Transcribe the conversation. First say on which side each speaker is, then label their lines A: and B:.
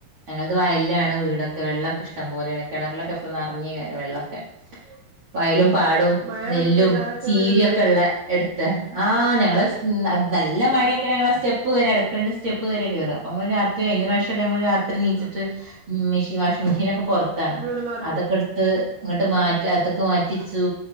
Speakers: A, on the right; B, on the right.
A: ഞങ്ങൾത് വയല്ലാണ് വീടൊക്കെ വെള്ളൊക്കെ ഇഷ്ടം പോലെണ് കേണർലൊക്കെ ഇപ്പോ നെർഞ്ഞെക്കാരം വെള്ളൊക്കെ ഉ വയലും, പാടും,
B: മഴ
A: നെല്ലും,
B: പെയ്താലൊക്കെ
A: ചീരയൊക്കെ
B: വരൂലേ
A: ഇള്ളെ എട്ത്തെ ആഹ് ഞങ്ങള് ന്ന നല്ല മഴയെക്കെണെങ്കി
B: ആഹ്
A: ഞങ്ങളാ സ്റ്റെ പ്പ് വരെ അടുക്കളെത്തെ സ്റ്റെപ്പ് വേറെ കേറാ അപ്പ അമ്മള് രാത്രി കഴിഞ്ഞ പ്രാവശ്യെക്കെ ഞങ്ങള് രാത്രി നീച്ച്ട്ട്
B: ആഹ്
A: ഉം ഈ വാഷിംഗ് മെഷീനോക്കെ പോർത്താണ്
B: വീട് മാറി
A: അതൊക്കെ ഇട്ത്ത് ഇങ്ങട്ട് മാറ്റി ഈ അകത്ത്ക്ക്
B: ആഹ്
A: മാറ്റിച്ചു